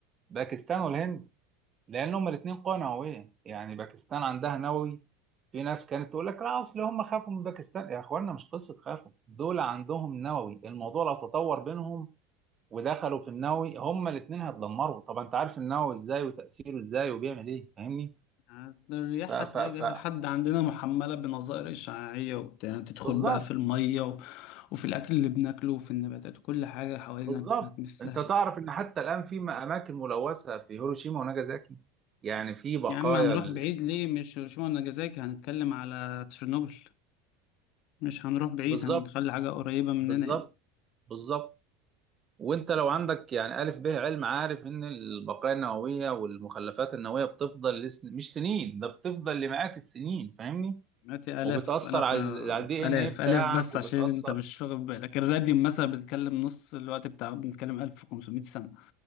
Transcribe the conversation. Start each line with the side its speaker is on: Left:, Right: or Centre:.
Right: باكستان والهند لان هما الاثنين قوى نوويه يعني باكستان عندها نووي في ناس كانت تقول لك لا اصل هم خافوا من باكستان يا اخوانا مش قصه خافوا دول عندهم نووي الموضوع لو تطور بينهم ودخلوا في النووي هما الاثنين هيتدمروا طب انت عارف النووي ازاي وتاثيره ازاي وبيعمل ايه فاهمني
Left: يعني الرياح
Right: ف ف
Left: هتلاقيها جاية
Right: ف
Left: لحد عندنا محملة بنظائر إشعاعية وبتاع تدخل
Right: بالظبط
Left: بقى في المية و... وفي الأكل اللي بناكله وفي النباتات وكل حاجة حوالينا
Right: بالظبط
Left: مش
Right: انت
Left: سهل
Right: تعرف ان حتى الان في م- اماكن ملوثه في هيروشيما وناجازاكي يعني في بقايا
Left: يا عم هنروح
Right: ال...
Left: بعيد ليه مش هيروشيما وناجازاكي هنتكلم على تشيرنوبل مش هنروح بعيد
Right: بالظبط
Left: هنخلي حاجة قريبة مننا
Right: بالظبط
Left: يعني
Right: بالظبط وانت لو عندك يعني الف به علم عارف ان البقايا النوويه والمخلفات النوويه بتفضل لسن... مش سنين ده بتفضل لمئات السنين فاهمني
Left: مئات آلاف
Right: وبتاثر
Left: آلاف
Right: على
Left: آه،
Right: ال- على الدي
Left: آلاف
Right: ان ايه بتاعك
Left: آلاف بس
Right: وبتاثر
Left: عشان أنت مش واخد بالك الراديوم مثلا بنتكلم نص الوقت بتاعه بنتكلم 1500 سنة